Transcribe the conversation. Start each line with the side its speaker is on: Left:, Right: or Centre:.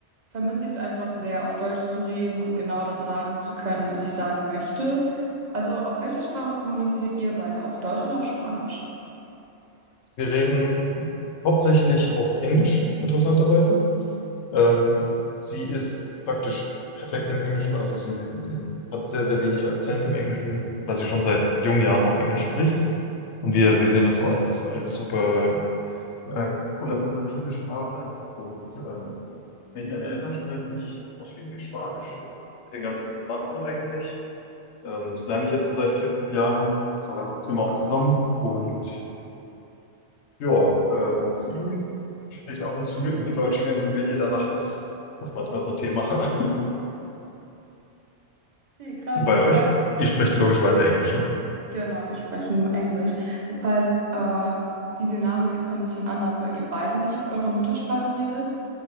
Right: vermisse ich es einfach sehr, auf Deutsch zu reden und genau das sagen zu können, was ich sagen möchte. Also, auf welcher Sprache kommuniziert ihr beide? Auf Deutsch oder auf Spanisch?
Left: Wir reden hauptsächlich auf Englisch, interessanterweise. Ähm, sie ist praktisch perfekt im Englischen, also sie sie hat sehr, sehr wenig Akzent im Englischen, weil sie schon seit jungen Jahren auch Englisch spricht. Und wir, wir sehen das so als, als super äh, kollaborative Sprache. Und ähm, mit ihren Eltern spreche ich ausschließlich Spanisch, mit den ganzen Verwandten eigentlich. Ähm, das lerne ich jetzt so seit vier, fünf Jahren. So lange sind wir auch zusammen. Und ja, ähm, sie spricht ab und zu mit mir Deutsch, wenn, wenn ihr danach ist. Das ist manchmal so ein Thema. <laughs> Und
Right: Okay, krass.
Left: bei
Right: Ja, das
Left: euch?
Right: heißt,
Left: Ihr sprecht
Right: das,
Left: logischerweise Englisch, ne?
Right: genau, wir sprechen nur Englisch. Das heißt, äh, die Dynamik ist so ein bisschen anders, weil ihr beide nicht auf eurer Muttersprache redet.